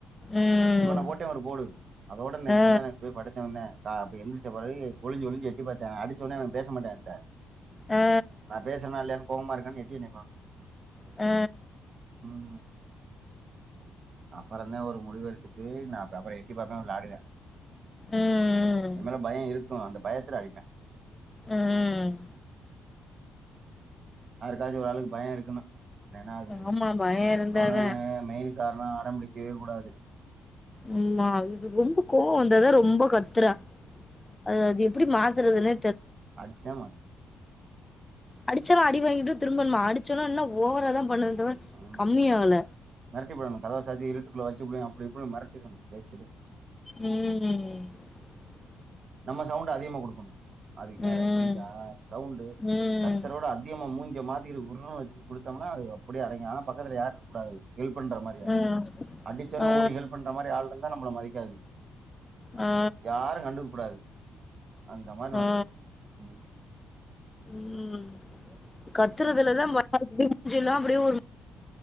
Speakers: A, on the left (about 15°); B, on the right (about 50°).
A: ம்
B: இவன போட்டே ஒரு போடு அதோட நேத்து
A: ஆ
B: முந்தா நேத்து போய் படுத்தவந்தே கா அப்ப எந்திரிச்ச பெறகு ஒளிஞ்சு ஒளிஞ்சு எட்டி பாத்தா அடிச்சவுன்னே அவ பேச மாட்டா என்ட்ட
A: ஆ
B: நா பேசறனா இல்லையானு கோவமா இரு <unintelligible> எட்டி என்னய பாப்பா
A: ஆ
B: ம் அப்பறந்தா ஒரு முடிவு எடுத்துட்டு நா அப்ப அப்பற எட்டி பாப்பா வெளாடுனே
A: ம்
B: எம்மேல பயோ இரு க்கு அந்த பயத்துல அடிப்பே
A: ம்
B: யாருக்காச்சு ஒரு ஆளுக்கு பயோ இருக்கணு இல்லன்னா அது
A: ஆமா பய இருந்தாதா
B: இன்னொன்னு மெய்ன் காரணோ அடம்புடிக்கவே கூடாது
A: ம் அது இது ரொம்ப கோவோ வந்தாதா ரொம்ப கத் துறா அது அது எ ப்பிடி மாத்தறதுன்னே
B: அடிச்சுதா மாத்தணு
A: அடிச்சாலு அடி வாங்கிட்டு திரும்ப நம்ம அடிச்சாலு இன்னா ஓவராதா பண்ணுது தவிர
B: ம்
A: கம்மியாகல
B: மெரட்டிப்புடனு கதவ சாத்தி இருட்டுக்குள்ள வ ச்சுப்புடுவே அப்டி இப்டி மெரட்டிரணு பேச்சுலயே
A: ம்
B: நம்ம சவுண்டு அதிகமா குடுக்கணு அதுக்கு
A: ம்
B: நேரா புரியுதா சவுண்டு
A: ம்
B: கத்தறோட அதிகமா மூஞ்சிய மாத் தி இது உர்ருனு வச்சுக்கிட்டு குடுத்தோம்னா அது அப்பிடியே அடங்கிரு ஆனா பக்கத்துல யாரு இருக்க கூடாது ஹெல்ப் பண்ற மாரியா
A: ம்
B: அடிச்சவுன்னே
A: ஆ
B: ஓடி ஹெல்ப் பண்ற மாரி ஆள் <unintelligible> ந்தா நம்மள மதிக்காது
A: ஆ
B: யாரு கண்டுக்க கூடாது அந்த மாரி மெரட்டணு
A: ஆ
B: ம்
A: ம் கத்துறதுலதா <inaudible> எல்லா அப்டியே ஒரு